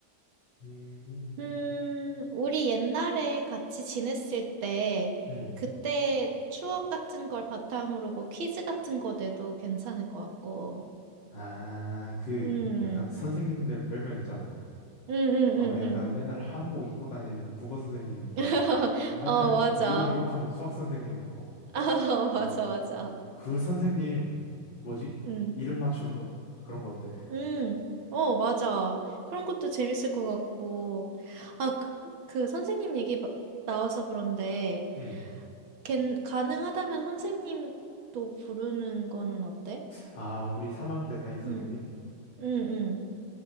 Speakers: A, on the left; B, on the right.
A: 음,
B: 음, 우리 옛날에 같이 지냈을 때,
A: 음.
B: 그때 추억 같은 걸 바탕으로 뭐 퀴즈 같은 거 내도 괜찮을 것 같고.
A: 아, 그,
B: 음,
A: 약간 선생님들 별명 있잖아.
B: 음, 음,
A: 아,
B: 음,
A: 약간
B: 음.
A: 맨날 한복 입고 다니는 국어 선생님 있고,
B: <laughs>
A: 맨날
B: 어, 맞아.
A: 욕, 욕하는 수학 선생님 있고,
B: <laughs> 아, 맞아,
A: 어?
B: 맞아.
A: 그 선생님, 뭐지?
B: 음,
A: 이름 맞추는 거? 그런 거 어때?
B: 음, 어, 맞아. 그런 것도 재밌을 것 같고. 아, 그, 그 선생님 얘기 마- 나와서 그런데,
A: 응.
B: 걘, 가능하다면 선생님도 부르는 거는 어때?
A: 아, 우리 3학년 때 담임 선생님?
B: 응 응응